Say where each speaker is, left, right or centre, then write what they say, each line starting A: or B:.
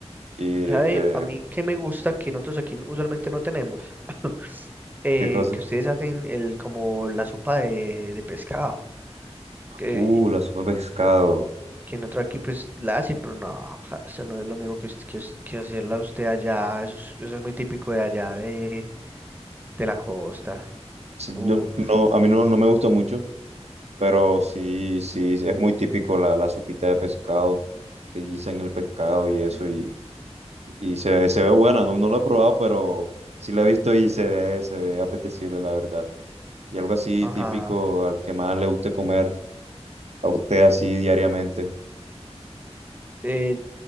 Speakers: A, on the right; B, on the right.
A: Y, eh,
B: ¿Sabe? A mí que me gusta que nosotros aquí usualmente no tenemos, <laughs> eh,
A: ¿qué cosa?
B: que ustedes hacen el como la sopa de, de pescado, que,
A: Uh, la sopa de pescado.
B: que nosotros aquí pues la hacen, pero no, ja, eso no es lo mismo que, us- que, us- que hacerla usted allá, eso es, eso es muy típico de allá de, de la costa.
A: Sí,
B: Uf,
A: No, no, a mí no, no me gusta mucho. Pero sí, sí, es muy típico la, la sopita de pescado, que guisan el pescado y
B: mm,
A: eso, y, y se ve, se ve buena, no, no lo he probado, pero sí la he visto y se ve, se ve apetecible, la verdad. Y algo así
B: ajá.
A: típico al que más le guste comer a usted así diariamente. <laughs>
B: Eh,